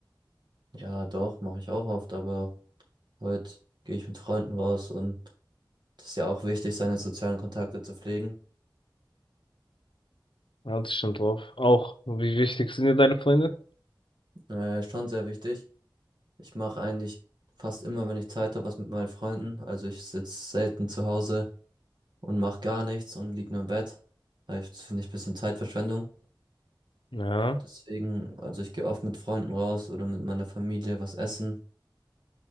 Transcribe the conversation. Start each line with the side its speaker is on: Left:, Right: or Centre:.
Right: Ja, doch, mache ich auch oft, aber heute gehe ich mit Freunden raus und Das ist ja auch wichtig, seine sozialen Kontakte zu pflegen.
Left: Ja, das stimmt drauf. Auch, wie wichtig sind dir deine Freunde?
Right: Äh, schon sehr wichtig. Ich mache eigentlich fast immer, wenn ich Zeit habe, was mit meinen Freunden. Also ich sitze selten zu Hause und mache gar nichts und lieg nur im Bett. Weil ich- Das finde ich ein bisschen Zeitverschwendung.
Left: Ja,
Right: Deswegen, also ich gehe oft mit Freunden raus oder mit meiner Familie was essen.